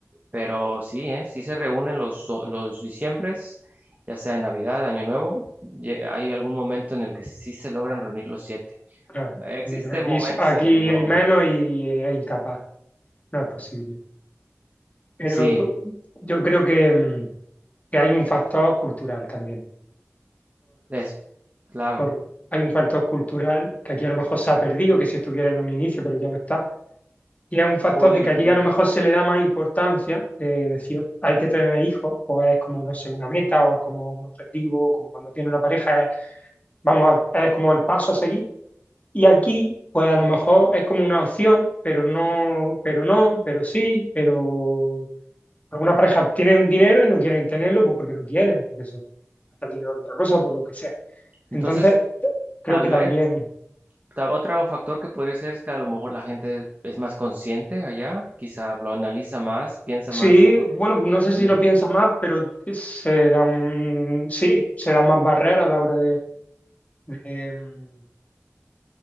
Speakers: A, on the right; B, on the left.
A: pero sí, ¿eh? Sí se reúnen los, so- los diciembres, ya sea Navidad, Año Nuevo, ye- hay algún momento en el que sí se logran reunir los siete.
B: claro.
A: Existen
B: Mira, aquí,
A: momentos
B: s- aquí
A: en el que no,
B: hay menos y es incapaz, no es posible. Pero
A: sí,
B: p- yo creo que, mm, que hay un factor cultural también.
A: es claro,
B: por- hay un factor cultural que aquí a lo mejor se ha perdido, que si estuviera en un inicio, pero ya no está. Y es un factor
A: podría
B: de que allí
A: ser.
B: a lo mejor se le da más importancia, de decir, hay que tener hijos, o es como, no sé, una meta, o es como un objetivo, o como cuando tiene una pareja, es, vamos, a- es como el paso a seguir. Y aquí, pues a lo mejor es como una opción, pero no, pero no, pero sí, pero algunas parejas tienen dinero y no quieren tenerlo, pues porque no quieren, porque se gastan el dinero en otra cosa, por lo que sea. Entonces,
A: Entonces,
B: creo
A: tal
B: que
A: vez,
B: también
A: ta- otro factor que podría ser es que a lo mejor la gente es más consciente allá, quizá lo analiza más, piensa
B: Sí,
A: más en,
B: bueno, no sé
A: en
B: si lo
A: el,
B: piensa más, pero se dan, sí, se dan más barreras a la hora de, de, mm,